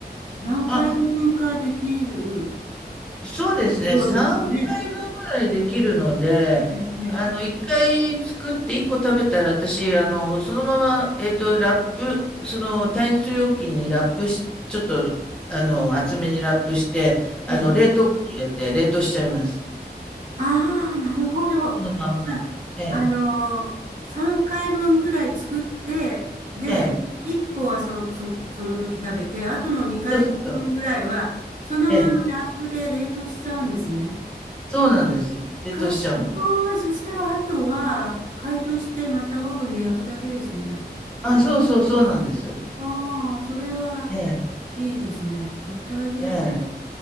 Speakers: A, on the right (about 50°); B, in the centre.
A: 何回分かできる
B: あ、そうですね。
A: そうですよね。
B: 3回分ぐらいできるので、
A: うんえ
B: あの、1回作って1個食べたら、私、あの、そのまま、えっと、ラップ、その耐熱容器にラップし、ちょっと、あの、厚めにラップして、あの、
A: え、ええ。
B: 冷凍庫に入れて、冷凍しちゃいます。
A: ああ、なるほど。
B: そのまんま。
A: じゃあ、
B: ええ、
A: あのー、3回分ぐらい作って、で、
B: ええ、
A: 1個はそ、そ、その時食べて、あとの2回分ぐらいは、
B: そうそうそう。
A: そのままラップで冷凍しちゃうんですね。
B: ええ、そうなんです。冷凍しちゃうんです。
A: 賢い。そしたら、あとは、解凍して、またオーブンで焼くだけですよね。
B: あ、そうそう、そうなんですよ。
A: ああ、それは
B: ええ、
A: いいですね。グッドアイデアですね。
B: ええ。